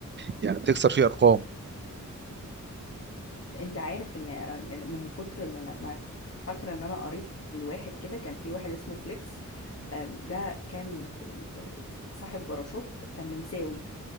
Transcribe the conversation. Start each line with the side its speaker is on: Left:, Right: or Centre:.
Right: يعني بتكسر فيه ارقام
Left: <laughs> عارف إن من كتر من ما كنت فاكرة إن أنا قريت لواحد كده كان في واحد اسمه فليكس آم، ده كان آم، صاحب باراشوت كان نمساوي